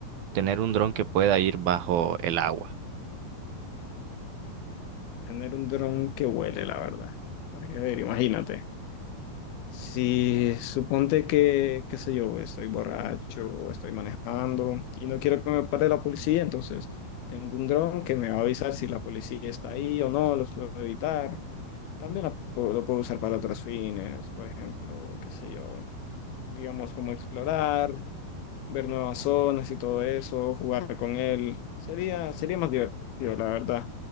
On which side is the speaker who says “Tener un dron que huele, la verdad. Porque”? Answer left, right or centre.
Left